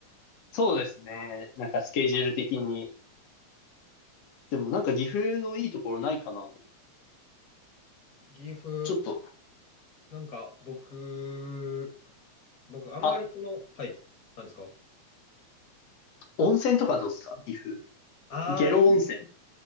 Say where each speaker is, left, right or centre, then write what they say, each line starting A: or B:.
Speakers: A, on the left; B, on the left.
A: そうですね。なんかスケジュール的に。でもなんか岐阜のいいところないかなと。
B: 岐阜、
A: ちょっと、
B: なんか僕、僕あんまりこの、
A: あ、
B: はい、なんですか
A: 温泉とかどうですか岐阜。
B: ああい
A: 下呂温泉。